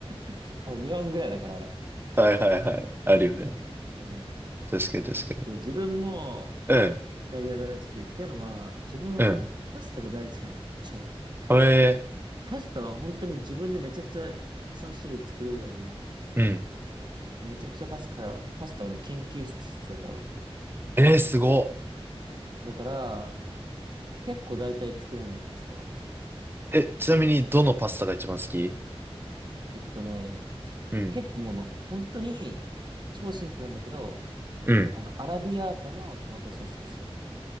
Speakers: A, on the right; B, on the right.
A: <laughs> あれ、日本ぐらいだから、あれ。
B: はいはいはい。あるよね。
A: うん。
B: 確かに確かに。
A: そう、自分も
B: うん、
A: イタリア大好きっていうのは、自分はもうパスタが大好きなの。
B: うん。
A: 超。
B: え
A: パスタは本当に自分でめちゃくちゃたくさん種類作るぐらい、
B: ー、うん。
A: めちゃくちゃパスタ、パスタはね、研究室だから僕。
B: えー、すごっ。
A: だから、結構大体作れるの、パスタは。
B: え、ちなみにどのパスタが一番好き
A: えっとね、
B: うん。
A: 結構もう、本当に超シンプルなんだけど、
B: うん。
A: あの、アラビアータのトマトソースが好きだね。